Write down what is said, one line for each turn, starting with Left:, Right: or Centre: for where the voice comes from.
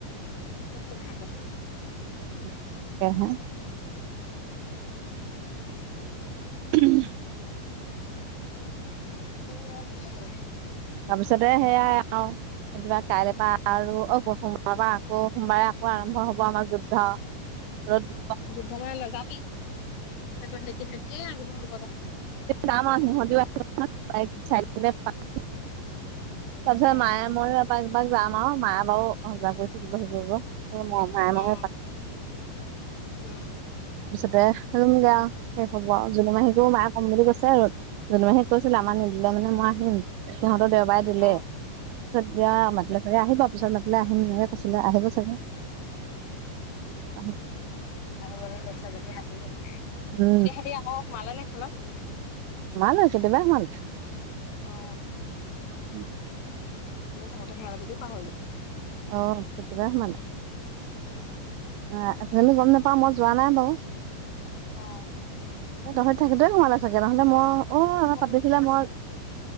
Left: কতন খ প থে
Right: উ হা
Left: হয়।
Right: উম্
Left: অ।
Right: তাৰপিছতে সেয়াই আৰু কেতিয়াবা কাইলেৰ পৰা আৰু সোমবাৰ পৰা আকৌ সোমবাৰে আকৌ আৰম্ভ হব আমাৰ যুদ্ধ। ত
Left: যুদ্ধ মান নাযামি সেইটো সেতি সেতিয়ে আহিব ৰুবলৈ।
Right: নাম সিহও চ তাৰপিছত
Left: অ
Right: মায়ে ময়ো এপাক এবাক যাম আৰু মায়ে বাৰু সজাগ কৰি থাকিব সিব। উম মাই মই
Left: অ উম।
Right: ত ৰুম গে আৰু শেষ হব জোনুমাহীকোও মাৰ কম বুলি কৈছে আৰু জোনমাহীক কৈছিলে আমাৰ নিদিলে মানে মই আহিম সিহঁতৰ দেওবাৰে দিলে
Left: অ
Right: পিছত দিয়া
Left: অ
Right: মাতিলে চ আহিব পিছত মাতিলে আহে। আহিম নে কৈছিলে আহিব চাগে আহ,
Left: আহিবলৈ লৈ যদি আহি এতিয়া
Right: উম
Left: সিহতি আকৌ সোমালে নে খেলত।
Right: মাল কে এতিয়া বেয়া মালে
Left: অ
Right: উম
Left: মানি থাকোতে সেমেলা যদিও পাহৰিলো।
Right: অ কেতিয়াবা সোমালে।
Left: উম।
Right: আহ আজালি গম নাপাও মই যোৱা নাই বাৰু।
Left: অ।
Right: ন তহঁত থাকেতয়ে সোমালে চাগে নহলে মই অ
Left: আমি থাকোতে
Right: আমাৰ পাতিছিলে
Left: সোমালে
Right: মই
Left: চাগে